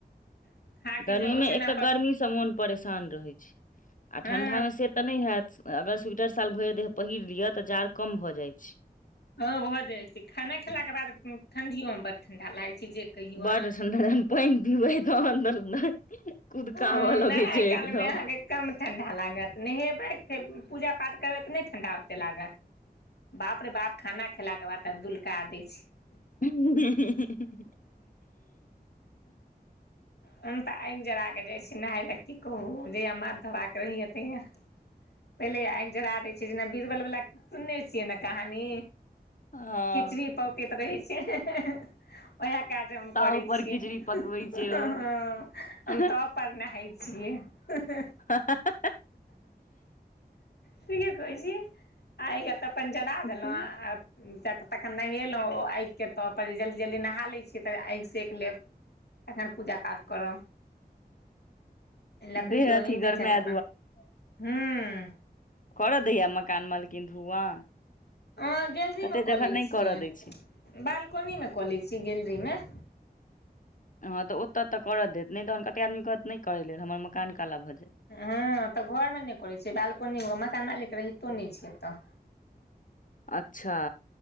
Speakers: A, on the left; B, on the left.
A: खा के
B: गर्मीमे
A: जे ओछैना
B: एकटाऽ
A: पर
B: गर्मी मन परेशान रहै छै आ ठंढा
A: हँ
B: मे से त नहि हैत अगर स्वीटर शाल भरि देह पहिर लियअ तऽ जाड़ कम भऽ जाइ छै
A: हँ भऽ जाइ छै खाना खेला के बाद ठंढियो मे बड ठंडा लागै छै जे कहियौ
B: बड
A: अहाँ
B: ठंडा जहन पानि पीबै तहन तऽ कुदकाबऽ
A: हँ
B: लगै
A: नहाई
B: छै
A: काल
B: एकदम
A: मे अहाँ कम ठंढा लागत नहेबै पूजा पाठ करबै त नहि ठंढा ओते लागत बाप रे बाप खाना खेलाके बाद त दुलका दै छै
B: <unintelligible>
A: हम तऽ आगि जरा के जाइ छी नहाय ले की कहू जे हमर तब आक रही हतै य पहिले आगि जरा दै छियै जेना बीरबल बला सुनने छियै ने कहानी
B: हँ
A: खिचड़ी पौकैत रहै छै उएह काज हम
B: ताव
A: करै
B: पर
A: छियै
B: खिचड़ी पकबै छै
A: हम
B: ओ ताव
A: तब पर नहाई छियै
B: <unintelligible>
A: ठीके कहै छियै आइ तऽ अपन जरा देलंऊ
B: पर
A: आ तखन नहेलहुँ ओ आगिके तर जे जल्दी जल्दी नहा लै छियै तऽ आगि सेक लेब तखन पूजा पाठ करब लकड़ियो
B: देह अथी
A: आनि
B: गरमाय
A: दै छथि अपन ह्म
B: कर दैया मकान मालकिन धुआँ
A: अहाँ गैलरीमे
B: कते
A: कलै
B: जगह नहि
A: छियै
B: करऽ दै छै
A: बालकनीमे क लै छियै गैलरीमे
B: हँ त ओत त कर देत नहि तहन कतेक आदमी कहत नहि करय लेल हमर मकान काला भ जायत
A: हँ तऽ घरमे नहि करैत छियै बालकोनीमे मकान मालिक रहितो नहि छै एता
B: अच्छा